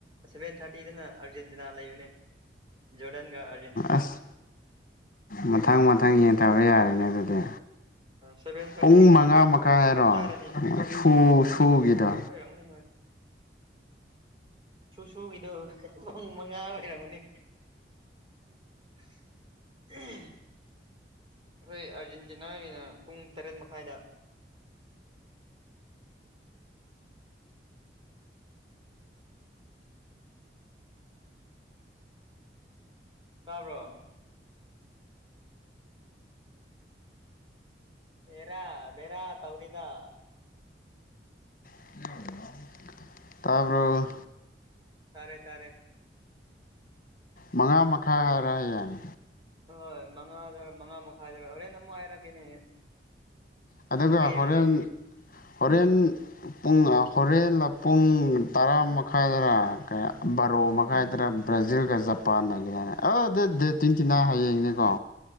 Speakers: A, on the right; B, on the left.
A: ꯁꯚꯦꯟ ꯊꯥꯔꯇꯤꯗꯅ ꯑꯥꯔꯖꯦꯟꯇꯤꯅꯥ ꯂꯩꯕꯅꯦ ꯖꯣꯔꯗꯟꯒ ꯑꯥꯔ
B: ꯑꯁ ꯃꯊꯪ ꯃꯊꯪ ꯌꯦꯡꯊꯕ ꯌꯥꯔꯦꯅꯦ ꯑꯗꯨꯗꯤ
A: ꯁꯚꯦꯟ ꯊꯥꯔꯇꯤꯒꯤꯗꯤ
B: ꯄꯨꯡ ꯃꯉꯥ ꯃꯈꯥꯏ ꯍꯥꯏꯔꯣ
A: ꯆꯞ ꯆꯥꯔꯅꯤ
B: ꯁꯨ ꯁꯨꯒꯤꯗꯣ
A: ꯍꯣꯏ ꯍꯣꯏ ꯁꯨ ꯁꯨ ꯒꯤꯗꯨ ꯄꯨꯡ ꯃꯉꯥ ꯑꯣꯏꯔꯝꯒꯅꯤ <unintelligible> ꯑꯩꯈꯣꯏ ꯑꯥꯔꯖꯦꯟꯇꯤꯅꯥꯒꯤꯅ ꯄꯨꯡ ꯇꯔꯦꯠ ꯃꯈꯥꯏꯗ ꯇꯥꯕ꯭ꯔꯣ ꯍꯦꯔꯥ ꯕꯦꯔꯥ ꯇꯧꯔꯤꯗ
B: <unintelligible> ꯇꯥꯕ꯭ꯔꯣ
A: ꯇꯥꯔꯦ ꯇꯥꯔꯦ
B: ꯃꯉꯥ ꯃꯈꯥꯏ ꯍꯥꯏꯔ ꯍꯩꯌꯦꯡ
A: ꯍꯣꯏ ꯃꯉꯥꯗꯔ ꯃꯉꯥ ꯃꯈꯥꯏꯗꯔ ꯍꯣꯔꯦꯟ ꯑꯃꯨꯛ ꯍꯥꯏꯔꯛꯀꯦꯅꯦꯍꯦ
B: ꯑꯗꯨꯒ
A: ꯅꯪꯁꯨ ꯌꯦꯡꯉꯨꯅꯦ
B: ꯍꯣꯔꯦꯟ ꯍꯣꯔꯦꯟ ꯄꯨꯡ ꯑ ꯍꯣꯔꯦꯟꯅ ꯄꯨꯡ ꯇꯔꯥ ꯃꯈꯥꯏꯗꯔ ꯀꯌꯥ ꯕꯥꯔꯣ ꯃꯈꯥꯏꯗꯔ ꯕ꯭ꯔꯥꯖꯤꯜꯒ ꯖꯄꯥꯟꯅꯒꯤꯔꯅ ꯑꯣ ꯗꯦꯠ ꯗꯦꯠ ꯇ꯭ꯋꯦꯟꯇꯤꯅꯥꯏꯟ ꯍꯌꯦꯡꯅꯤꯀꯣ